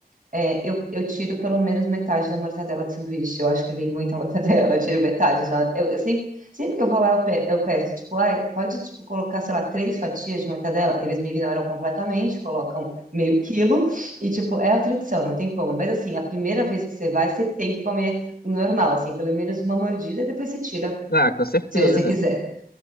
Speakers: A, on the right; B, on the left.
A: é, eu, eu tiro pelo menos metade da mortadela do sanduíche. Eu acho que vem muita <laughs> mortadela, eu tiro metade. já. Eu, eu sempre, sempre que eu vou lá, eu, pe- eu peço, tipo, ai, pode tipo, colocar, sei lá, três fatias de mortadela? Eles me ignoram completamente, colocam meio quilo. E, tipo, é a tradição, não tem como. Mas, assim, a primeira vez que você vai, você tem que comer o normal, assim, pelo menos uma mordida, depois você tira,
B: Ah, com certeza.
A: se você quiser.